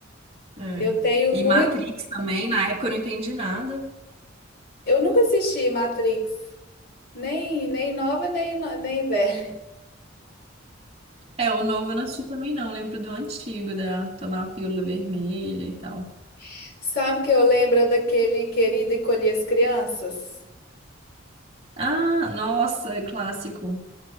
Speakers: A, on the right (about 30°); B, on the left (about 55°).
A: É.
B: Eu tenho
A: E
B: muito
A: Matrix também, na época eu não entendi nada.
B: Eu nunca assisti Matrix, nem, nem nova, nem, no- nem velha.
A: É, o novo eu não assisti também não, eu lembro do antigo, da tomar a pílula vermelha e tal.
B: <laughs> Sabe que eu lembro daquele querido Encolher as Crianças?
A: Ah, nossa, é clássico.